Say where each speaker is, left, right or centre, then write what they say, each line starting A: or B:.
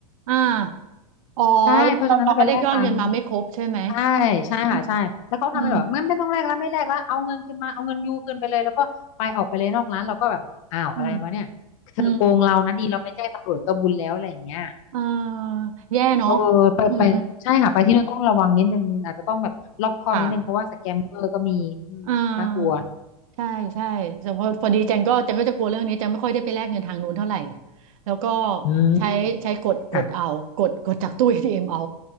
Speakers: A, on the right (about 60°); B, on the left (about 55°).
A: อ่าอ๋อแล้วเราเราก็ได้ยอดเงินมาไม่ครบใช่ไหม
B: ใช่เพราะฉะนั้นจะไปแลกตังค์ ใช่ใช่ค่ะใช่แล้วเขาทำเป็นแบบไม่ไม่ต้องแลกแล้วไม่แลกแล้วเอาเงินคืนมาเอาเงินยูคืนไปเลยแล้วก็ไปออกไปเลยนอกร้านเราก็แบบอ้าวอะไรวะเนี่ยเธอโกงเรานะดีเราไม่แจ้งตำรวจก็บุญแล้วอะไรอย่างเงี้ย
A: อืมอืมอืมอืมเอ่าแย่เนาะ
B: เออไปไปใช่ค่ะไปที่นู่นต้องระวังนิดนึงอาจจะต้องแบบรอบคอบนิดนึงเพราะว่าสแกมเมอร์ก็มีอืมน่ากลัว
A: อืมค่ะอ่า ใช่ใช่แต่พอพอดีแจงก็แจงก็จะกลัวเรื่องนี้แจงไม่ค่อยได้ไปแลกเงินทางนู้นเท่าไหร่แล้วก็
B: อืม
A: ใช้ใช้กดกดเอากดกดจากตู้เอทีเอมเอา
B: ค่ะ